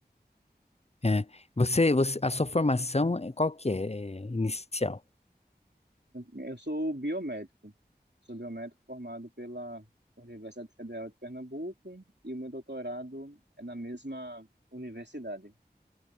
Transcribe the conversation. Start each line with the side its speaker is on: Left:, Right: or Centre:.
Left: É. Você, você, a sua formação, é- qual que é, é, inicial?
Right: Eu sou biomédico. Sou biomédico formado pela Universidade Federal de Pernambuco e o meu doutorado é na mesma universidade.